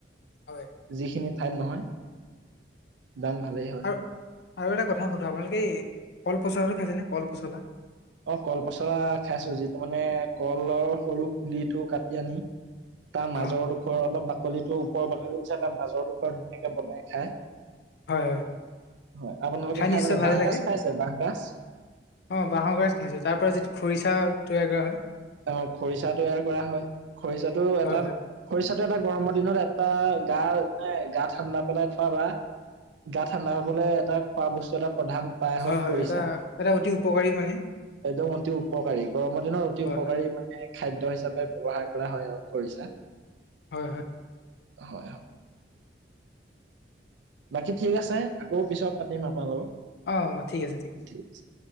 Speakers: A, on the left; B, on the right.
A: হয়।
B: যিখিনি ঠাইত নহয়, দাম ভালেই হয়।
A: আৰু আৰু এটা কথা সোধো আপোনালোকে এই কল পচলাটো খাইছে নে কল পচলা?
B: অ', কল পচলা খাইছো যিটো মানে কলৰ সৰু পুলিটো কাটি আনি তাৰ মাজৰ
A: অ
B: ডোখৰ অলপ বাকলিটো ওপৰ বাকলিৰ <unintelligible> তাৰ মাজৰ ডোখৰ ধুনীয়াকে বনাই খায়।
A: হয় হয়
B: হয় আপোনালোকে খাই
A: নিশ্চয়
B: পাইছে?
A: ভালে
B: বাঁহ
A: লাগে
B: গাজ খাইছে বাঁহ গাজ?
A: অ' বাঁহৰ গাজ খাইছোঁ তাৰ পৰা যিটো খৰিচা তৈয়াৰ কৰা হয়।
B: অ' খৰিচা তৈয়াৰ কৰা হয় খৰিচাটো
A: হয়
B: এটা।
A: হয়
B: খৰিচাটো এটা গৰমৰ দিনত এটা গা নে গা ঠাণ্ডা পেলাই থোৱা বা গা ঠাণ্ডা হ'বলৈ এটা খোৱা বস্তু এটা প্ৰধান উপায় হ'ল
A: হয়, হয়
B: খৰিচা।
A: এটা এটা অতি উপকাৰী মানে।
B: একদম অতি উপকাৰী গৰমৰ দিনৰ অতি
A: হয়
B: উপকাৰী
A: হয়
B: মানে খাদ্য হিচাপে ব্যৱহাৰ কৰা হয় আৰু খৰিচা।
A: হয়, হয়।
B: হয়, হয়। বাকী ঠিক আছে আকৌ পিছত পাতিম আপোনাৰ লগত।
A: অ', ঠিক আছে!
B: <unintelligible>